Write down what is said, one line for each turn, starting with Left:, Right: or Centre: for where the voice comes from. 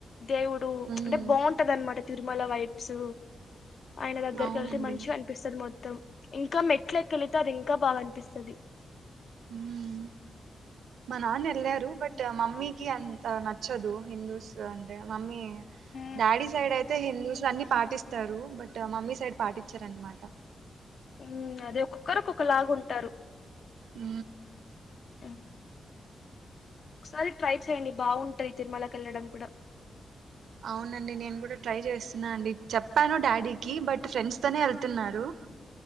Left: దేవుడు
Right: ఉమ్
Left: అంటే బాగుంటది అనమాట తిరుమల వైబ్స్ ఆయన దగ్గరకి
Right: అవునండి
Left: వెళ్తే మంచిగా అనిపిస్తుంది మొత్తం ఇంకా మెట్లకిెళితే అది ఇంకా బాగా అనిపింది తప్పిస్తంది
Right: హ్మ్మ్ మా నాన్న వెళ్ళారు బట్ మమ్మీకి అంత నచ్చదు హిందూస్ అంటే మమ్మీ
Left: ఆ
Right: డాడీ సైడ్ అయితే హిందూస్ లో అన్ని పాటిస్తారు బట్ మమ్మీ సైడ్ పాటించార అనమాట
Left: ఉ అదే ఒక్కొక్కరుకొక్క లాగా ఉంటారు
Right: హ
Left: ఉమ్, ఒకసారి ట్రై చే్యడి బాగుంటాయి తిరుమలకి వెళ్ళడం కూడా
Right: అవునండి నేను కూడా ట్రై చేస్తున్నా అండి చెప్పాను డాడీకి బట్ ఫ్రెండ్స్ తోనే వెళ్తున్నారు